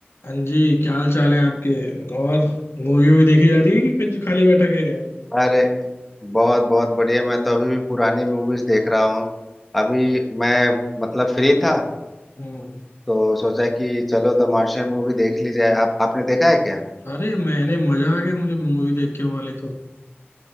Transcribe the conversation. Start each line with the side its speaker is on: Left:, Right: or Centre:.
Left: हाँ जी क्या हाल चाल है आपके और मूवी भी देखी जा रही है कि कुछ खाली बैठा के
Centre: अरे बहुत बहुत बढ़िया मैं तो अभी भी पुरानी मूवीज देख रहा हूँ अभी मैं मतलब फ्री था
Left: हम्म
Centre: तो सोचा कि चलो द मार्शियन मूवी देख ली जाए आप आपने देखा है क्या
Left: अरे मैंने मजा आ गया मुझे मूवी देख के वाली तो